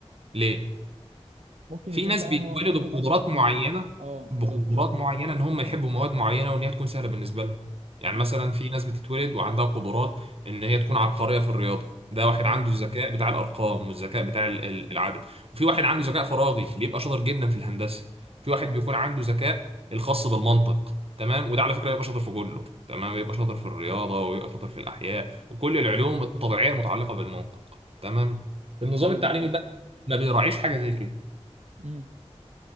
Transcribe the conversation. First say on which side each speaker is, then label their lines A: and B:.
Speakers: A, on the right; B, on the right.
A: ليه؟
B: ممكن
A: في
B: يكون
A: ناس
B: فعلا
A: بيتولدوا
B: هو مخه
A: بقدرات
B: مثلا في
A: معينه
B: اه بالظبط
A: بقدرات معينه ان هم يحبوا مواد معينه وان هي تكون سهله بالنسبه لهم يعني
B: مم.
A: مثلا في ناس بتتولد وعندها قدرات ان هي تكون عبقريه في الرياضه ده واحد
B: امم
A: عنده الذكاء بتاع الارقام والذكاء بتاع ال- ال- العدد وفي واحد عنده ذكاء فراغي بيبقى شاطر جدا في الهندسه في واحد بيكون عنده ذكاء الخاص بالمنطق تمام وده على فكره بيبقى شاطر في كله تمام بيبقى شاطر في الرياضه ويبقى شاطر في الاحياء وكل العلوم الطبيعيه المتعلقه بالمنطق تمام النظام
B: ايوه
A: التعليمي
B: فاهم
A: بقى ما بيراعيش حاجه زي كده
B: امم